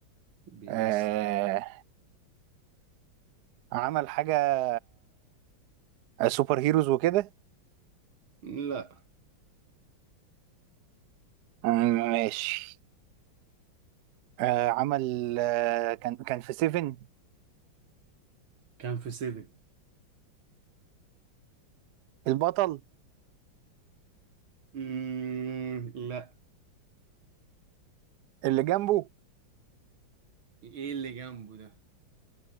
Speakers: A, on the right; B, on the right.
A: بيمثل
B: آه عمل حاجة آه، سوبر هيروز وكده؟
A: لا
B: مم، ماشي آه عمل آه كان كان في سيفن
A: كان في سيفن
B: البطل
A: مم... لا
B: اللي جنبه
A: إيه اللي جنبه ده